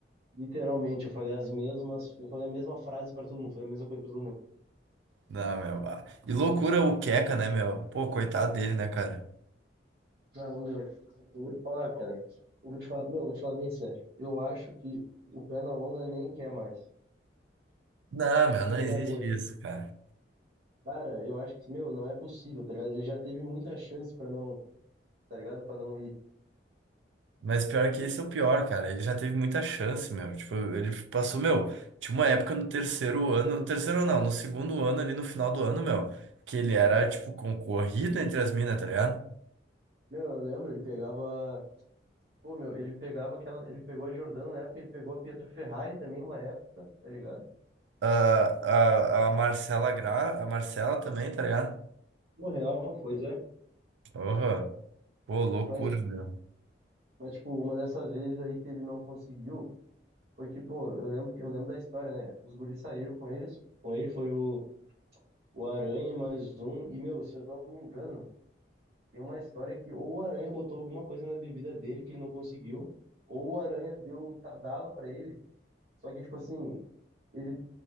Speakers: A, on the right; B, on the right.
A: Literalmente, eu falei as mesmas, eu falei a mesma frase pra todo mundo, falei a mesma coisa pra todo mundo.
B: Não, meu. bah. E loucura o Queca, né, meu? Pô, coitado dele, né, cara?
A: Não, meu, eu vou te falar, cara. Eu vou te falar, meu, eu vou te falar bem sério. Eu acho que o Pernalonga nem quer mais.
B: Não, meu, não
A: Ele
B: existe
A: largou.
B: isso, cara.
A: Cara, eu acho que, meu, não é possível, tá ligado? Ele já teve muita chance pra não, tá ligado? Pra não ir.
B: Mas pior que esse é o pior, cara. Ele já teve muita chance, meu. Tipo, ele passou, meu. Tinha uma época no terceiro ano, no terceiro ano, não, no segundo ano, ali no final do ano, meu, que ele era, tipo, concorrido entre as minas, tá ligado?
A: Meu, eu lembro, ele pegava. Pô, meu, ele pegava aquela. Ele pegou a Jordano na época, ele pegou a Pietro Ferrari também uma época, tá ligado?
B: A, a, a Marcela Gra, a Marcela também, tá ligado?
A: O real, pois é.
B: Aham. Pô, loucura,
A: Mas, tipo,
B: meu.
A: mas, tipo, uma dessas vezes aí que ele não conseguiu, foi que, pô, eu lembro, que- eu lembro da história, né? Os guris saíram com eles, com ele foi o, o Aranha e mais um, e, meu, se eu não me engano, Tem uma história que ou o Aranha botou alguma coisa na bebida dele que ele não conseguiu, ou o Aranha deu Tadala pra ele. Só que, tipo assim, ele